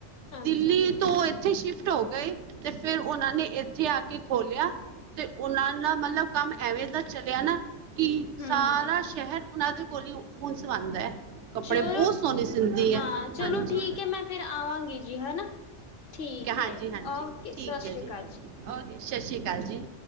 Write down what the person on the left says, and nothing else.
ਅੱਛਾ
ਹਮ
ਚਲੋ
ਹਾਂ
ਚਲੋ
ਠੀਕ ਹੈ ਮੈਂ ਫਿਰ ਆਵਾਂਗੀ ਜੀ ਹਨਾ ਠੀਕ
ਹੈ
ਓਕੇ ਸਤਿ
ਸ੍ਰੀ ਅਕਾਲ ਜੀ